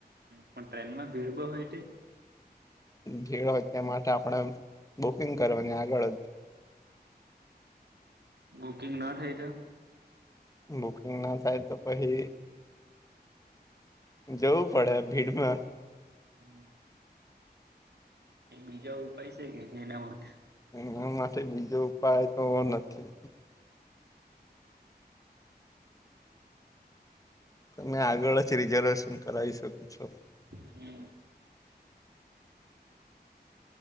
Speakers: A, on the right; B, on the left.
A: પણ ટ્રેનમાં ભીડ બ‌ઉ હોય તે
B: ભીડ હોય તે માટે આપણે બુકિંગ કરવાની આગળ
A: બુકિંગ ના થઈ તો
B: બુકિંગ ના થાય તો પછી જવું પડે ભીડમાં
A: <inaudible> <inaudible> એક બીજા ઉપાય છે કે એના માટે
B: એના થી બીજો ઉપાય તો નથી તમે આગળથી રિઝર્વેશન કરાવી શકો છો
A: હમ